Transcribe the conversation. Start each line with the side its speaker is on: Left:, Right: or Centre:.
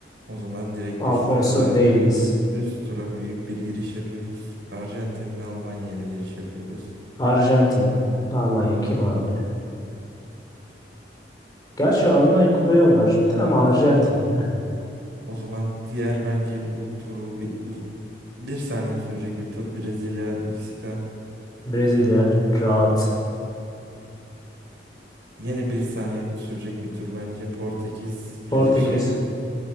Right: O zaman direkt
Left: Alfonso
Right: üst turda
Left: Davies,
Right: üst tura büyük bir giriş yapıyoruz. Arjantin ve Almanya ile giriş yapıyoruz.
Left: Arjantin. Almanya kim abi? Gerçi Almanya kupayı aldı Arjantin ama Arjantin ya.
Right: O zaman diğer bence bu turu bir, uz- bir saniye sürecek bir tur. Brezilya, Meksika.
Left: Brezilya rahat.
Right: Yine bir saniye sürecek bir tur bence. Portekiz, fil
Left: Portekiz.
Right: dişi.